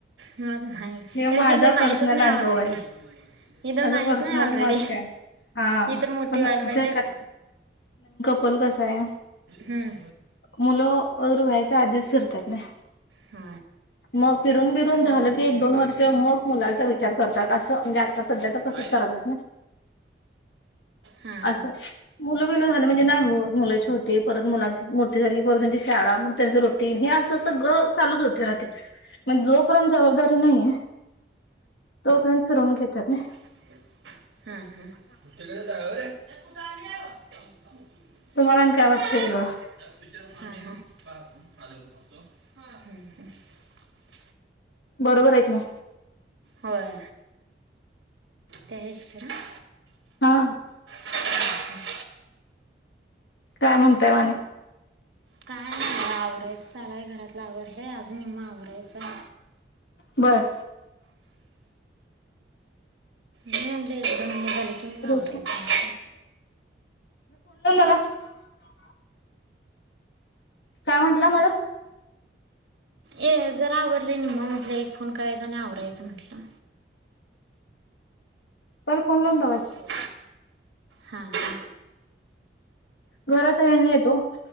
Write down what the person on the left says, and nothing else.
हे
माझा
पर्सनल
अनुभव
आहे
माझ
पर्सनल
मत काय हा
पण
ज कस. पण कस आहे
मुलं बाळ व्हायच्या आधीच. करतात. नाही.
ग फिरून झालं की एक दोन वर्ष मग मुलांचा विचार करतात असं म्हणजे सध्या तर
कसच कराला ना
असं मुलं बिलं झालं म्हणजे नाही होत मुलं छोटी परत मुलांची मोठी झाली की परत त्यांची शाळा त्यांच रूटीन हे असं. सगळ चालूच होते म्हणज जोपर्यंत जबाबदारी नाहीये तोपर्यंत फिरून घेत नाही.
तुम्हाला काय वाटतं वेगळं
बरोबर आहे ना.
हा.
काय म्हणताय माणे
बर.
जर
<inaudible> काय म्हंटलं मॅडम.
पररे फोन लागून जा.
घरात आहे नाही येतो